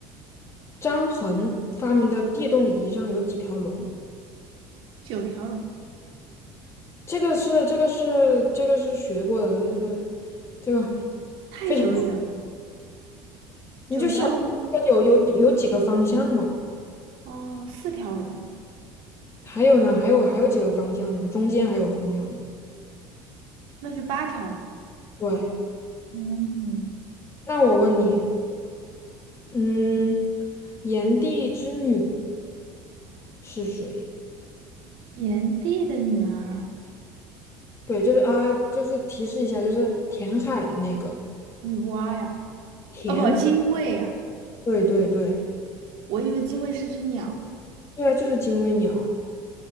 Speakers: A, on the left; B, on the right.
A: 张衡发明的地动仪上有几条龙？
B: 九条龙
A: 这个是这个是这个是学过的，就是这个
B: 太久远了，
A: 非常，你就想
B: 九条龙吗？
A: 有有有几个方向嘛？
B: 哦，四条龙，
A: 还有呢？还有还有几个方向嘛？中间还有方向吗？
B: 那就八条龙。
A: 对，
B: 嗯，
A: 那我问你，嗯，炎帝之女是谁？
B: 炎帝的女儿
A: 对，就是啊、就是提示一下，就是填海的那个
B: 女娲呀，
A: 填，
B: 哦不，精卫呀，
A: 对对对，
B: 我以为精卫是只鸟。
A: 对啊，就是精卫鸟啊，